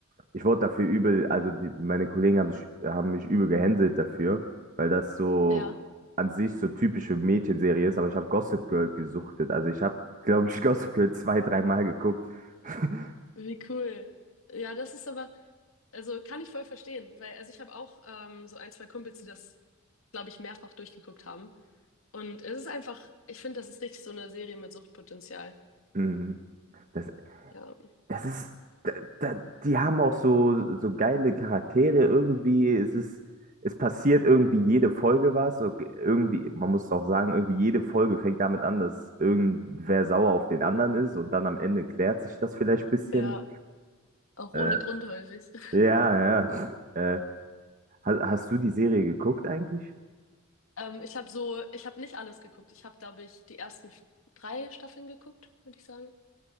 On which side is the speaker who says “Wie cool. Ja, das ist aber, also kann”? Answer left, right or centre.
Left